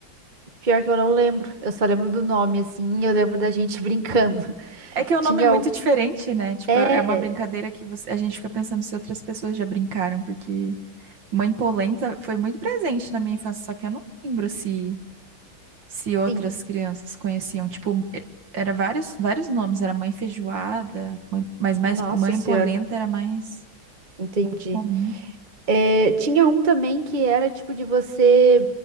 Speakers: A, on the right (about 25°); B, on the right (about 60°).
A: Pior que eu não lembro. Eu só lembro do nome, assim. Eu lembro da gente brincando. <laughs>
B: É que o nome
A: Tinha
B: é muito
A: o.
B: diferente, né? Tipo,
A: É,
B: é uma brincadeira que você- a gente fica pensando se outras pessoas já brincaram, porque mãe polenta foi muito presente na minha infância, só que eu não lembro se, se outras
A: sim.
B: crianças conheciam. Tipo, e- era vários, vários nomes, era mãe feijoada, mãe- mas mais
A: Nossa
B: mãe
A: Senhora,
B: polenta era mais
A: entendi.
B: comum.
A: É, tinha um também que era tipo de você